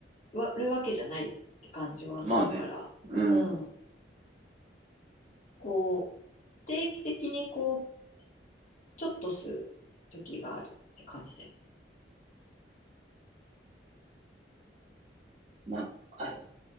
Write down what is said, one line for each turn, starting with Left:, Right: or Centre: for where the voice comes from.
Left: わ、るわけじゃないって感じはするから。
Right: まあね。うん。
Left: うん。こう、定期的にこう、ちょっと吸う時があるって感じだよね。
Right: まあ、あ